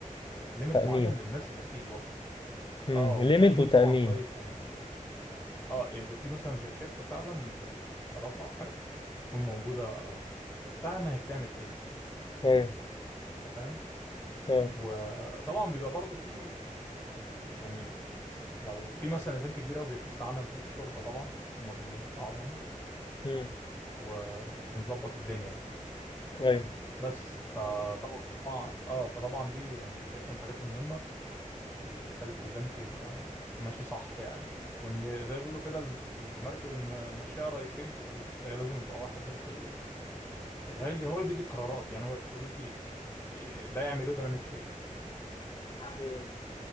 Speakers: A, on the left; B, on the left.
A: ليميت
B: تأمين
A: معين للناس اللي هتيجي برضه
B: امم
A: اه وتامين
B: ليميت وتأمين
A: طبعا كويس يعني اه يعني يبقى في مثلا زي شركه فعلا شركه حراسه او حاجه تكون موجوده فاهمه هي بتعمل ايه
B: ايوه
A: انت فاهم
B: اه
A: وطبعا بيبقى برضه في يعني س- لو في مثلا ايفنت كبير قوي بيبقى في استعانه بالشرطه طبعا هم بينفعوا يعني
B: امم
A: وعشان نظبط الدنيا يعني
B: ايوه
A: بس فطبعا اه فطبعا دي أنا شايفها من الحاجات المهمه اللي بتخلي فانت يبقى ماشي صح يعني وان زي ما بيقولوا كده الم- المركب اللي ماشيه رئيسين تبوظ فهي لازم يبقى واحد بس ال- اللي هو اللي هو اللي بيدي القرارات يعني هو اللي بيدي س- ده يعمل ايه وده ما يعملش ايه
B: امم